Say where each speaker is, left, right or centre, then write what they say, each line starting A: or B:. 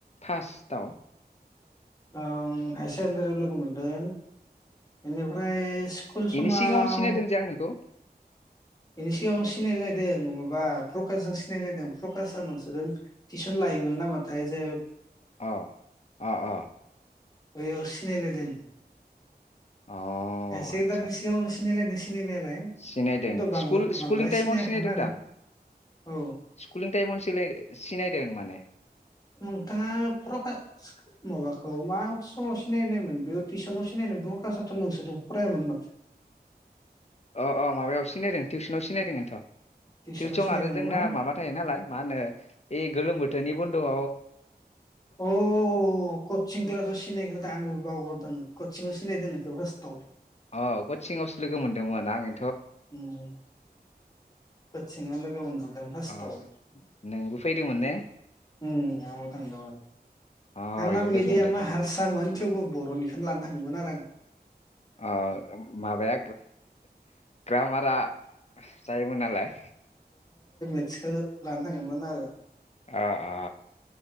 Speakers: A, on the left; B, on the left.
A: फार्स्टआव?
B: ओ हायार सेकेण्डारियाव लोगो मोनदों बेनिफ्राय स्कुल
A: बेनि
B: समाव
A: सिगाङावनो सिनायदों जे आं नोंखौ
B: बिनि सिगांङाव सिनायलाय जों माबा प्रकश जों सिनायलायदों प्रकशआ नोंसोरजों टिउसन लायोमोन नामाथाय जो
A: अ अ-अ
B: बैयाव सिनालायदों
A: अ
B: सेकेण्डारिनि
A: आदसा-आदसा
B: सिगाङावनो सिनायलायदों सिनायनायालाय
A: सिनायदों
B: खिन्थु बांद्राय
A: स्कुल- स्कुलिं टाइमावनो
B: सिनायाखैमोन
A: सिनायदों
B: आरो
A: दा
B: औ
A: स्कुुलिं टाइमावनो सिना-सिनायदों माने
B: नोंथांङा प्रखास माबाखौ मा समाव सिनायनायमोन बेयाव टिउसनाव सिनायनाय प्रखासाथ' नोंसोरजों फरायामोन माथो
A: अ अ माबायाव सिनायदों टिउसनाव सिनायदोंथ'
B: टिउसनाव
A: टिउसन
B: सिनायदोंमोन
A: आरो जोंना
B: ना
A: माबा थायो नालाय मा होनो बे गोलोम बोथोरनि बन्द <inaudible>
B: अ कचिं क्लासाव सिनायग्रोदों आंबो बावगारदो कचिंआव सिनायदोंनो जस्थाव <unintelligible>
A: अ कचिंआवसो लोगो मोनदोंमोन आं
B: उम कचिंङाव लोगो मोनग्रोदों फासथाव
A: अ
B: उम
A: नोंबो फैदोंमोन ने
B: उम आंबो थांदोंमोन।
A: अ
B: आंना
A: इयाव
B: मिडियामा
A: लोगो मोनदों दे
B: हारसामोन थेवबो बर'निखोनो लानो थाङोमोन आरो आं।
A: ओ माबाया ग्रामारा जायोमोन नालाय।
B: टसखो लानो थाङोमोन आरो।
A: ओ ओ।